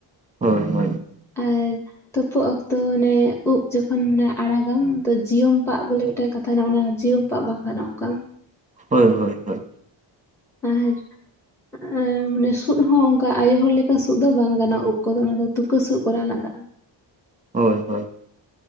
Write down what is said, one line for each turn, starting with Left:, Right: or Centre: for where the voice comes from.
Right: ᱦᱳᱭ - ᱦᱳᱭ᱾
Centre: <unintelligible> ᱛᱳᱯᱳᱜ ᱚᱠᱛᱚ ᱚᱱᱮ ᱩᱵ ᱡᱚᱠᱷᱚᱱ ᱟᱲᱟᱜᱟᱢ ᱛᱚ ᱡᱤᱭᱚᱢ ᱯᱟᱜ ᱵᱚᱞᱮ ᱢᱤᱫᱴᱟᱝ ᱠᱟᱛᱷᱟ ᱦᱮᱱᱟᱜ-ᱟ, ᱚᱱᱟ ᱡᱤᱭᱚᱢ ᱯᱟᱜ ᱵᱟᱝ ᱜᱟᱱᱚᱜ-ᱟ ᱚᱱᱠᱟᱱ᱾
Right: ᱦᱳᱭ - ᱦᱳᱭ - ᱦᱳᱭ᱾
Centre: ᱟᱨ, ‌ᱟᱨ ᱢᱟᱱᱮ ᱥᱩᱫ ᱦᱚᱸ ᱚᱱᱠᱟ ᱟᱭᱳ ᱦᱚᱲ ᱞᱮᱠᱟ ᱥᱩᱫ ᱫᱚ ᱵᱟᱝ ᱜᱟᱱᱚᱜ ᱩᱵ ᱠᱚᱫᱚ ᱚᱱᱟ ᱫᱚ ᱛᱩᱠᱟᱹ ᱥᱩᱫ ᱠᱚᱨᱟᱣ ᱞᱟᱜᱟᱜᱼᱟ᱾
Right: ᱦᱳᱭ ᱦᱳᱭ᱾